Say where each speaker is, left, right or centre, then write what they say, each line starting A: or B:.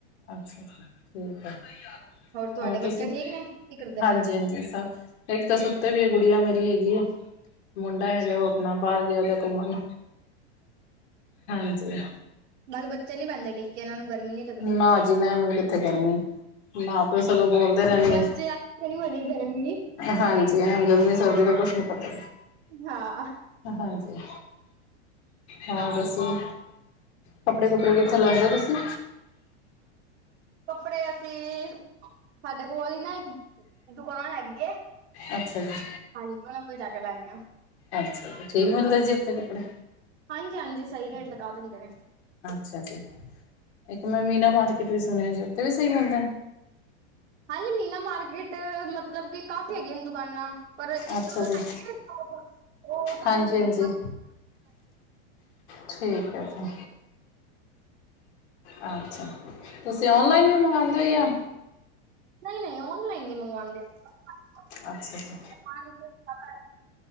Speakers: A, on the left; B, on the right.
A: ਅੱਛਾ ਛਾ, ਠੀਕ ਹੈ,
B: ਤੁਹਾਡੇ
A: ਹੋਰ
B: ਬੱਚੇ
A: ਤੁਸੀਂ,
B: ਠੀਕ ਨੇ ਕੀ ਕਰਦੇ
A: ਹਾਂਜੀ
B: ਪਏ ਨੇ
A: ਹਾਂਜੀ ਸਭ ਇੱਕ ਤਾਂ ਸੁੱਤੇ ਪਈ ਆ ਗੁੜੀਆ ਮੇਰੀ ਹੈਗੀ ਏ। ਮੁੰਡਾ
B: ਅੱਛਾ
A: ਹੈਗਾ ਉਹ ਆਪਣਾ ਬਾਹਰ ਗਿਆ ਦਾ ਘੁੰਮਣ। ਹਾਂਜੀ।
B: ਨਾਲੇ ਬੱਚੇ ਨੀ ਬਹਿੰਦੇ ਟਿਕ ਕੇ ਇਹਨਾਂ ਨੂੰ ਗਰਮੀ ਨੀ ਲੱਗਦੀ,
A: ਨਾ ਜੀ ਨਾ ਇਹਨਾਂ ਕਿੱਥੇ ਗਰਮੀ ਮਾਂ ਪਿਓ ਸਗੋਂ ਬੋਲਦੇ ਰਹਿਣਗੇ
B: ਬੱਚਿਆਂ ਮੈਨੂੰ ਏਨੀ ਗਰਮੀ।
A: ਹਾਂਜੀ, ਇਹਨਾਂ ਨੂੰ ਗਰਮੀ-ਸਰਦੀ ਦਾ ਕੁਛ ਨੀ ਪਤਾ।
B: ਹਾਂ।
A: ਹਾਂਜੀ, ਹੋਰ ਦੱਸੋ। ਕੱਪੜੇ ਕੁਪੜੇ ਕਿੱਥੋਂ ਲੈਂਦੇ ਤੁਸੀਂ।
B: ਕੱਪੜੇ ਅਸੀਂ, ਸਾਡੇ ਕੋਲ ਹੀ ਨਾ ਇੱਕ ਦੁਕਾਨ ਹੈਗੀ ਐ।
A: ਅੱਛਾ ਜੀ।
B: ਹਾਂਜੀ, ਉਹਨਾਂ ਕੋਲ ਜਾ ਕੇ ਲੈਨੇ ਆਂ।
A: ਅੱਛਾ ਜੀ, ਠੀਕ ਮਿਲਦੇ ਜੀ ਉੱਥੇ ਕੱਪੜਾ।
B: ਹਾਂਜੀ-ਹਾਂਜੀ, ਸਹੀ ਰੇਟ ਲਗਾ ਦਿੰਦੇ ਨੇ।
A: ਅੱਛਾ ਜੀ, ਇੱਕ ਮੈਂ ਮੀਨਾ ਮਾਰਕੀਟ ਵੀ ਸੁਣਿਆ ਜੀ, ਉੱਥੇ ਵੀ ਸਹੀ ਮਿਲਦਾ।
B: ਹਾਂਜੀ ਮੀਨਾ ਮਾਰਕੀਟ, ਮਤਲਬ ਕਿ ਕਾਫੀ ਹੈਗੀਆਂ ਨੇ ਦੁਕਾਨਾਂ। ਪਰ ਇੱਕ
A: ਅੱਛਾ
B: ਹੈਗੀ
A: ਜੀ
B: ਦੁਕਾਨ ਉਹ ਥੋੜੀ
A: ਹਾਂਜੀ ਹਾਂਜੀ
B: <inaudible>
A: ਠੀਕ ਐ ਜੀ। ਅੱਛਾ, ਤੁਸੀਂ ਔਨਲਾਈਨ ਵੀ ਮੰਗਵਾਉਂਦੇ ਹੋ, ਜਾਂ
B: ਨਹੀਂ, ਔਨਲਾਈਨ ਨੀ ਮੰਗਵਾਂਦੇ ਆਪਾਂ।
A: ਅੱਛਾ ਜੀ।
B: <inaudible>